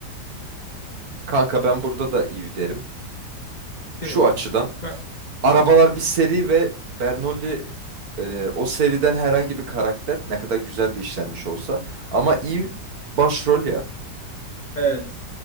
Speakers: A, on the right; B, on the left.
A: Kanka ben burada da Eve derim. Şu
B: Değil mi?
A: açıdan.
B: Ba-
A: Arabalar bir seri ve Bernoulli e, o seriden herhangi bir karakter ne kadar güzel de işlenmiş olsa. Ama Eve başrol ya.
B: Evet.